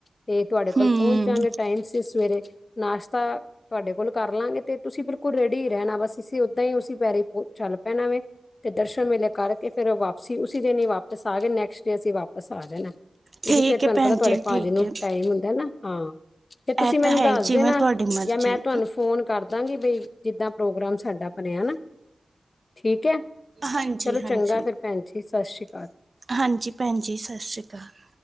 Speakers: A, on the left (about 45°); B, on the right (about 40°).
A: ਤੇ ਤੁਹਾਡੇ ਕੋਲ
B: ਹੂੰ
A: ਪਹੁੰਚ ਜਾਗੇ ਟਾਈਮ ਸੀ ਸਵੇਰੇ ਨਾਸ਼ਤਾ ਤੁਹਾਡੇ ਕੋਲ ਕਰ ਲਾਂਗੇ ਤੇ ਤੁਸੀਂ ਬਿਲਕੁਲ ਰੇਡੀ ਹੀ ਰਹਿਣਾ ਬਸ ਅਸੀ ਓਦਾਂ ਹੀ ਉਸ ਪੈਰੀ ਚੱਲ ਪੈਣਾ ਵੇ ਤੇ ਦਰਸ਼ਨ ਮੇਲੇ ਕਰਕੇ ਫਿਰ ਵਾਪਸੀ ਉਸੀ ਦਿਨ ਹੀ ਵਾਪਿਸ ਆ ਗਏ ਨੈਕਸਟ ਡੇ ਅਸੀਂ ਵਾਪਿਸ ਆ ਜਾਣਾ ਕਿਉਂਕਿ
B: ਠੀਕ
A: ਫੇਰ ਤੁਹਾਨੂੰ
B: ਹੈ ਭੈਣ
A: ਪਤਾ ਤੁਹਾਡੇ
B: ਜੀ
A: ਪਾਜੇ
B: ਠੀਕ
A: ਨੂੰ
B: ਹੈ।
A: ਟਾਈਮ ਹੁੰਦਾ ਨਾ ਹਾਂ ਫਰ ਤੁਸੀਂ
B: ਇਹ
A: ਮੈਨੂੰ
B: ਤਾਂ ਹੈ
A: ਦੱਸਦੇ
B: ਹੀ, ਜਿਵੇਂ
A: ਨਾ
B: ਤੁਹਾਡੀ ਮਰਜ਼ੀ
A: ਜਾਂ ਮੈਂ ਤੁਹਾਨੂੰ ਫੋਨ ਕਰਦਾਂਗੀ ਬਈ ਜਿੱਦਾਂ ਪ੍ਰੋਗਰਾਮ ਸਾਡਾ ਬਣਿਆ ਨਾ ਠੀਕ ਹੈ।
B: ਹਾਂਜੀ-ਹਾਂਜੀ।
A: ਚਲੋ ਚੰਗਾ ਫਿਰ
B: ਹਾਂਜੀ
A: ਭੈਣ ਜੀ ਸਤਿ ਸ੍ਰੀ ਅਕਾਲ
B: ਹਾਂਜੀ ਭੈਣ ਜੀ ਸਤਿ ਸ਼੍ਰੀ ਅਕਾਲ